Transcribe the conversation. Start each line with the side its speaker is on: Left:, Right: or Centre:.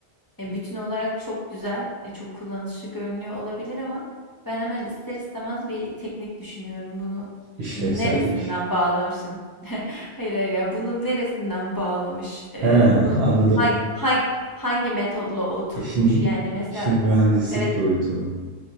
Left: e, bütün olarak çok güzel, e, çok kullanışlı görünüyor olabilir ama ben hemen ister istemez bir teknik düşünüyorum. Bunu
Right: İşlevsellik.
Left: neresinden bağlamışsın? <laughs> Hayır hayır ya bunun neresinden bağlamış? E,
Right: He, <laughs>
Left: bunun
Right: anladım.
Left: hangi, hangi, hangi metodla oturtmuş?
Right: İşin
Left: Yani mesela
Right: işin mühendislik
Left: evet
Right: boyutu.